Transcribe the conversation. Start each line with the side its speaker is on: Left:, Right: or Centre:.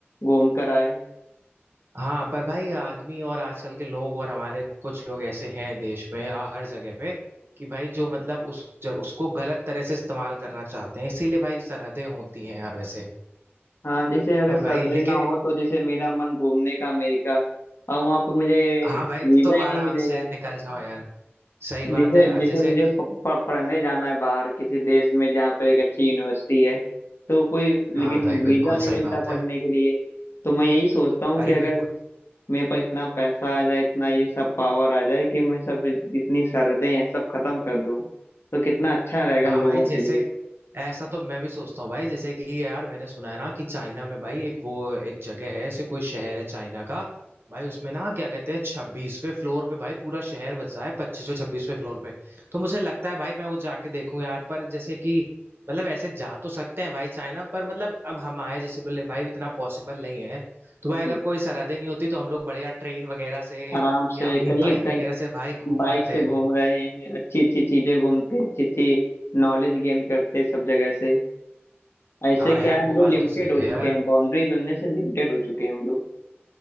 Left: घूम कर आए
Right: हाँ पर भाई आदमी और आजकल के लोग और हमारे कुछ लोग ऐसे हैं देश में या हर जगह पे कि भाई जो मतलब उस जग, उसको गलत तरह से इस्तेमाल करना चाहते हैं इसीलिए भाई सरहदें होती हैं यार वैसे
Left: हाँ जैसे अगर
Right: पर
Left: सर्दी
Right: भाई लेकिन
Left: ना हो तो जैसे मेरा मन घूमने का अमेरिका और वहां पे मुझे
Right: हाँ भाई
Left: वीजा
Right: तो तुम
Left: ही
Right: आराम
Left: नहीं मिलेगा
Right: से निकल जाओ यार सही बात
Left: जैसे
Right: है यार
Left: जैसे
Right: जैसे
Left: मुझे प, प, पढ़ने जाना है बाहर किसी देश में जहाँ पर एक अच्छी यूनिवर्सिटी है तो कोई
Right: हाँ
Left: लेकिन
Right: भाई बिल्कुल
Left: वीजा नहीं
Right: सही
Left: मिलता
Right: बात
Left: पढ़ने
Right: है
Left: के लिए तो मैं यही सोचता हूँ
Right: अरे
Left: कि अगर
Right: बिल्कुल
Left: मेरे पास इतना पैसा आ जाए इतना ये सब पावर आ जाए कि मैं सब जितनी सरहदें हैं सब खत्म कर दूं तो कितना अच्छा रहेगा
Right: हाँ
Left: लोगों
Right: भाई जैसे
Left: के लिए
Right: ऐसा तो मैं भी सोचता हूँ भाई जैसे कि यार मैंने सुना है ना कि चाइना में भाई एक वो एक जगह है ऐसे कोई शहर है चाइना का भाई उसमें ना क्या कहते हैं छब्बीसवें फ्लोर पे भाई पूरा शहर बसा है पच्चीसवें छब्बीसवें फ्लोर पे तो मुझे लगता है भाई मैं वो जाके देखूं यार पर जैसे कि मतलब ऐसे जा तो सकते हैं भाई चाइना पर मतलब अब हम आए जैसे बोले भाई इतना पॉसिबल नहीं है तो भाई अगर
Left: हम्म,
Right: कोई सरहदें नहीं होती तो हम लोग बढ़िया ट्रेन वगैरह से
Left: आराम
Right: या
Left: से
Right: अपनी
Left: कहीं
Right: बाइक
Left: कहीं
Right: वगैरह से भाई घूम
Left: बाइक
Right: आते
Left: से घूम रहे हैं अच्छी अच्छी चीजें घूमते अच्छी अच्छी नॉलेज गेन करते सब जगह से ऐसे
Right: हाँ
Left: क्या
Right: यार
Left: है, हम
Right: वो
Left: लोग
Right: बात
Left: लिमिटेड
Right: तो सही
Left: हो
Right: है
Left: चुके
Right: यार
Left: हैं बाउंड्री मिलने से लिमिटेड हो चुके हैं हम लोग